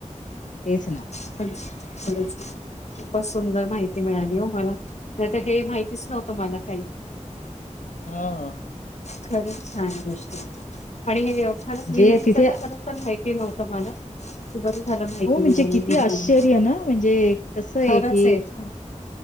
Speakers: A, on the left; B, on the left.
A: तेच ना.
B: खरंच. खूपच सुंदर माहिती मिळाली हो मला नाही तर हे माहितीच नव्हतं मला काही.
A: हं.
B: खर छान गोष्ट आणि हे. खरंच
A: म्हणजे
B: विहिरी
A: तिथे
B: च तर खरं तर माहिती नव्हतं मला ती बर झालं माहिती
A: हो म्हणजे
B: मिळाली
A: किती
B: विहिरी
A: आश्चर्य ना म्हणजे कसं
B: खरंच
A: की
B: आहे हो.